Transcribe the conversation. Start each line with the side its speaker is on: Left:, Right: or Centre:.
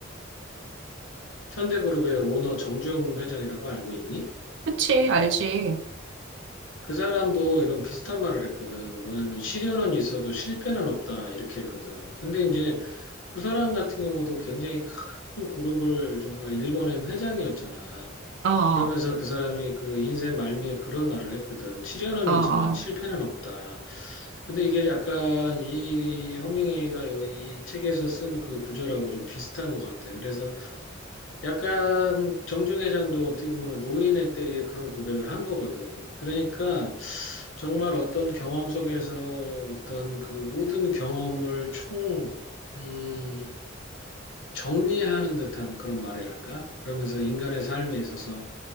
Left: 현대그룹의 오너 정주영 회장이라고 알고 있니?
Right: 그치, 알지.
Left: 그 사람도 이런 비슷한 말을 했거든. 뭐냐면 시련은 있어도 실패는 없다 이렇게 했거든. 근데 이제 그 사람 같은 경우도 굉장히 큰 그룹을 정말 일궈낸 회장이었잖아.
Right: 어, 어,
Left: 그러면서 그 사람이 그 인생 말미에 그런 말을 했거든. 시련은
Right: 어. 어.
Left: 있지만 실패는 없다. 근데 이게 약간 이 허밍웨이가 요- 이 책에서 쓴 그 구조라고 좀 비슷한 것 같아. 그래서 약간 정중 회장도 어떻게 보면 노인의 때에 그런 고백을 한 거거든. 그러니까 정말 어떤 경험 속에서 어떤 그 모든 경험을 총, 음, 정리하는 듯한 그런 말이랄까? 그러면서 인간의 삶에 있어서